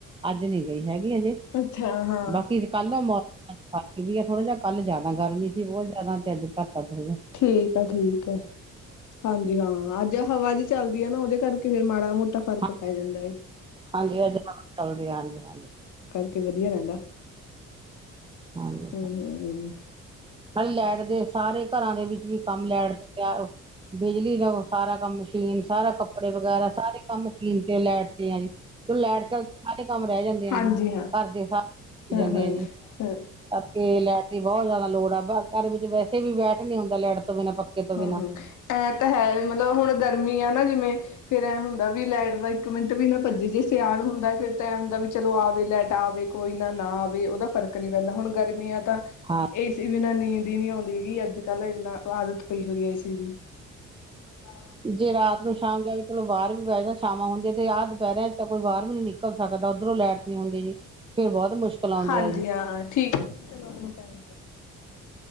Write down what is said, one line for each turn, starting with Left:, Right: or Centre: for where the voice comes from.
Right: ਅੱਜ ਨੀ ਗਈ ਹੈਗੀ ਅਜੇ
Left: ਅੱਛਾ ਹਾਂ
Right: ਬਾਕੀ ਕੱਲੋਂ ਮੌਸਮ <inaudible> ਵੀ ਥੋੜਾ ਜਹਾ ਕੱਲ ਜਾਂਦਾ ਗਰਮੀ ਸੀ ਬਹੁਤ ਜ਼ਿਆਦਾ ਤੇ ਅੱਜ ਘੱਟ ਆ ਥੋੜਾ ਜਿਹਾ
Left: ਠੀਕ ਆ ਠੀਕ ਹੈ ਹਾਂਜੀ ਹਾਂ ਅੱਜ ਹਵਾ ਜਿ ਚੱਲਦੀ ਹੈ ਨਾ ਉਹਦੇ ਕਰਕੇ ਫਿਰ ਮਾੜਾ ਮੋਟਾ ਤਾਂ ਫ਼ਰਕ
Right: ਹਾਂ
Left: ਪੈ ਜਾਂਦਾ ਏ
Right: ਹਾਂਜੀ ਅਜ ਚੱਲਦੀ ਆ ਹਾਂਜੀ ਹਾਂਜੀ।
Left: ਕਿ ਵਧੀਆ ਰਹਿੰਦਾ।
Right: ਹਾਂਜੀ
Left: ਹਮ ਹਮ
Right: ਨਾਲੇ ਲੈਟ ਸਾਰੇ ਘਰਾਂ ਦੇ ਵਿੱਚ ਵੀ ਕੰਮ ਲੈਟ ਸੁਟਿਆ ਬਿਜਲੀ ਦਾ ਸਾਰਾ ਕੰਮ ਮਸ਼ੀਨ ਸਾਰਾ ਕੱਪੜੇ ਵਗੈਰਾ ਸਾਰੇ ਕੰਮ ਮਸ਼ੀਨ ਤੇ ਲਾਇਟ ਤੇ ਆ ਜੀ ਤੇ ਲੈਟ ਚਲ ਸਾਰੇ ਕੰਮ ਰਹਿ ਜਾਂਦੇ
Left: ਹਾਂਜੀ
Right: ਆ ਜੀ
Left: ਹਾਂ
Right: ਘਰ ਦੇ ਸਾਰੇ
Left: ਹਾਂ
Right: ਜਾਂਦੇ
Left: ਹਾਂ
Right: ਆ ਜੀ।
Left: ਹਾਂ
Right: ਤਾਂਕੇ ਲੈਟ ਦੀ ਬਹੁਤ ਜ਼ਿਆਦਾ ਲੋੜ ਆ। ਘਰ ਵਿੱਚ ਵੈਸੇ ਵੀ ਬੈਠ ਨੀ ਹੁੰਦਾ ਲੈਟ ਤੋਂ ਬਿਨਾਂ ਪੱਖੇ ਤੋਂ
Left: ਹੂੰ
Right: ਬਿਨਾਂ
Left: ਹੂੰ ਐ ਤਾਂ ਹੈ ਵੀ ਮਤਲਬ ਹੁਣ ਗਰਮੀ ਆ ਨਾ ਜਿਵੇਂ ਫੇਰ ਇਹ ਹੁੰਦਾ ਵੀ ਲਾਈਟ ਦਾ ਇੱਕ ਮਿੰਟ ਵੀ ਨਾ ਭੱਜੀੇ ਜੇ ਸਿਆਲ ਹੁੰਦਾ ਫੇਰ ਤਾਂ ਇਹ ਹੁੰਦਾ ਵੀ ਚਲੋ ਆਵੇ ਲੈਟ ਤਾ ਆਵੇ ਕੋਈ ਨਾ ਨਾ ਆਵੇ ਉਹਦਾ ਫਰਕ ਨਹੀਂ ਪੈਂਦਾ ਹੁਣ ਗਰਮੀਆਂ ਤਾਂ
Right: ਹਾਂ
Left: ਏਸੀ ਬਿਨਾਂ ਨੀਂਦ ਹੀ ਨਹੀਂ ਆਉਂਦੀਗੀ ਅੱਜ ਕੱਲ ਇੰਨਾ ਆਦਤ ਹੋਈ ਇਸੇ ਦੀ। <unintelligible>
Right: ਜੇ ਰਾਤ ਨੂੰ ਸ਼ਾਮ ਜਾਵੇ ਚਲੋ ਬਾਹਰ ਵੀ ਬੈਠਦਾ, ਛਵਾਂ ਹੁੰਦੀਆਂ ਤੇ ਆਹ ਦੁਪਹਿਰਿਆਂ ਤਾਂ ਕੋਈ ਬਾਹਰ ਵੀ ਨੀ ਨਿਕਲ ਸਕਦਾ, ਉੱਧਰੋਂ ਲੈਟ ਨੀ ਹੁੰਦੀ ਜੀ। ਫੇਰ ਬਹੁਤ ਮੁਸ਼ਕਿਲ ਆਉਂਦੀ
Left: ਹਾਂਜੀ,
Right: ਆ ਜੀ
Left: ਹਾਂ ਠੀਕ ਚਲੋ ਆਪਣਾ <unintelligible>